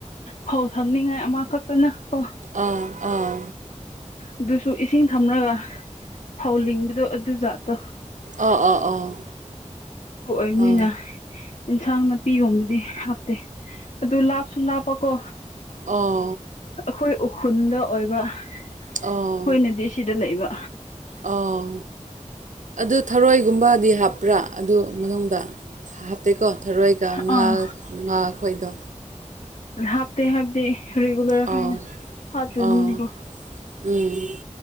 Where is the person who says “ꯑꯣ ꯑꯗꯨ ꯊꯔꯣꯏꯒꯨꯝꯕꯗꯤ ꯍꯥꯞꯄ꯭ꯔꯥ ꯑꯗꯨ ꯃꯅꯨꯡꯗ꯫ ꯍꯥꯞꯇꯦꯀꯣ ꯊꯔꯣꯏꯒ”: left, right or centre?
Right